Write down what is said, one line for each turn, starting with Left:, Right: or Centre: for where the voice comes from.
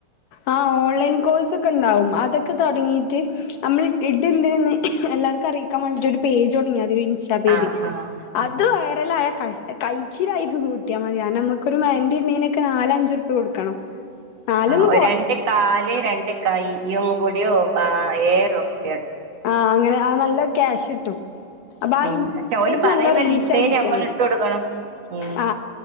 Left: ആ ഓൺലൈൻ കോഴ്സെക്കെണ്ടാവും അതൊക്കെ തൊടങ്ങീട്ട് അമ്മള് ഇഡ്ണ്ട്ന്ന് എല്ലാർക്കും അറിയിക്കാൻ വാണ്ടിട്ട് ഒരു പേജ് തൊടങ്ങ്യാതി <unintelligible> പേജ്
Right: ആഹ് ആഹ്
Left: അത് വൈറലായ ക കഴിച്ചിലായിക്ക്ന്ന് കൂട്ട്യാ മതി കാരണമ്മ ക്ക്‌ മെഹന്തിട്നൊക്കെ നാലഞ്ചുർപ്യ കൊട്ക്കണം നാലൊന്നു
Right: ആഹ് രണ്ട് കാല് രണ്ട് കയ്യും കുടി <unintelligible>
Left: ആ അങ്ങനെ ആ നല്ല ക്യാഷ് ഇട്ടും. അപ്പൊ ആ
Right: ഉം
Left: ഇമേജ്
Right: പക്ഷെ ഓല് പറയുന്ന
Left: നല്ല റീച്ച്
Right: ഡിസൈന്
Left: ആയി കിട്ടിയാൽ
Right: നമ്മള്
Left: മതി.
Right: ഇട്ട് കൊടുക്കണം ഉം
Left: ആ